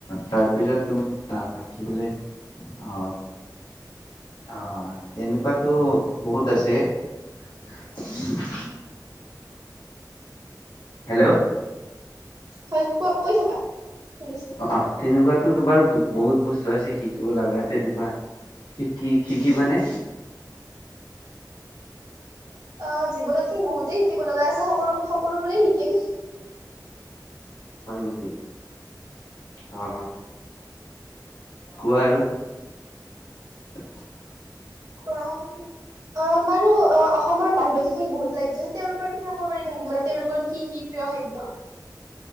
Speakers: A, on the left; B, on the right.
A: তাৰপিছত তোমাৰ কি বোলে। অ অ তেনেকুৱাতো বহুত আছে। <unintelligible> হেল্ল'।
B: হয় ক কৈ থাকা শুনিছোঁ
A: অ' তেনেকুৱাতো তোমাৰ বহুত বস্তু আছে শিকিব লগা তেনেকুৱা। শিকি শিকিবা নে
B: অ জীৱনত কিন্তু বহুতেই শিকিব লগা আছে সকলো সকলোবোৰেই শিকিম।
A: হয় নেকি অ কোৱা আৰু। <inaudible>
B: কোৱা অ' বাৰু অ অসমৰ বাহিৰতোটো বহুত ৰাজ্য আছে তেওঁলোকৰ বিষয়ে ক'ব পাৰিব নেকি মানে তেওঁলোকৰ কি কি? প্ৰিয় খাদ্য